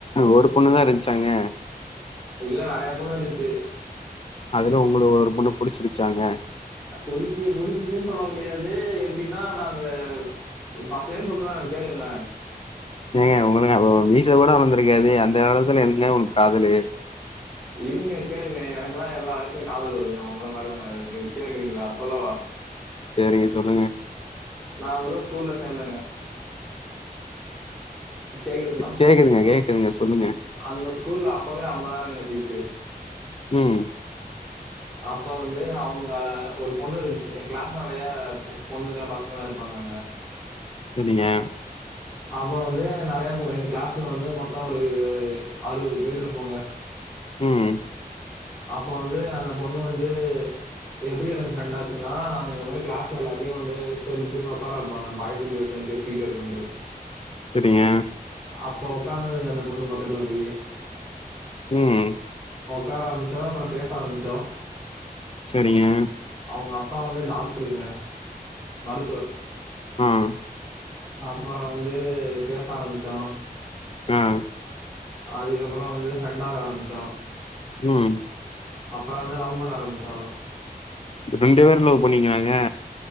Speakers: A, on the left; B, in the centre.
A: ஒரு பொண்ணு தான் இருந்துச்சாங்க
B: இல்ல நெறைய பொண்ணு இருந்துச்சு
A: அதுல உங்களுக்கு ஒரு பொண்ணு புடிச்சிருச்சாங்க
B: புடிக்கி புடிச்சதுன்னு சொல்ல முடியாது எப்டின்னா நாங்க ஃபசலென்னு சொல்றன் கேளுங்களன்
A: ஏங்க உங்களுக்கு அப்ப மிசை கூட வளர்ந்திருக்காது அந்த காலத்துல என்னங்க உங்களுக்கு காதலு
B: இருங்க கேளுங்க எனக்கேல்லாம் எல்லா வயலயையும் காதல வருங்க உங்கள மாரில்லா கடையாதுங்கது கேக்குறீங்களா சொல்லவா
A: சேரிங்க சொல்லுங்க
B: நான் ஓரு ஸ்கூல்ல சேர்ந்தேங்க கேக்குதுங்களா
A: கேக்குதுங்க கேக்குதுங்க சொல்லுங்க
B: அந்த ஸ்கூல்ல அப்பவே ஐம்பதாயிரங்க ஃபீஸு
A: ம்
B: அப்ப வந்து அவங்க ஒரு பொண்ணு இருந்துச்சு எ கிளாஸ்ல நெறைய பொண்ணுங்க பசங்கல்லா இருப்பாங்கங்க
A: சரிங்க
B: அப்ப வந்து நெறைய போ எங்க கிளாஸ்ல வந்து மொத்த ஒரு அறுபது பேர் இருப்போங்க
A: ம்
B: அப்போ வந்து அந்த பொண்ணு வந்து எப்டி எனக் ஃப்ரெண்ட் ஆச்சுன்னா நாங்க இந்த மாரி கிளாஸ் எல்லாத்தையு வந்து சேர்ந்து சேர்ந்து உக்கார‌‌வைப்பாங்க பாய்ஸ் கேள்ஸ்னு பேசீட்டு இருக்கண்டு
A: சரிங்க
B: அப்ப உட்காந்ததுங்க அந்த பொண்ணு பக்கத்துல போயி
A: ம்
B: உக்கார ஆரம்பிச்சோ அப்றோ பேச ஆரம்பிச்சோ
A: சரிங்க
B: அவங்க அப்பா வந்து டாக்ருங்க மருத்துவர்
A: ம்
B: அப்பறோ வந்து பேச ஆரம்பிச்சோ
A: ம்
B: அதுக்கப்பறோ வந்து ஃப்ரெண்டாக ஆரம்பிச்சோ
A: ம்
B: அப்பறோ வந்து லவ் பண்ண ஆரம்பிச்சோ
A: ரெண்டு பேரு லவ் பண்ணீங்களாங்க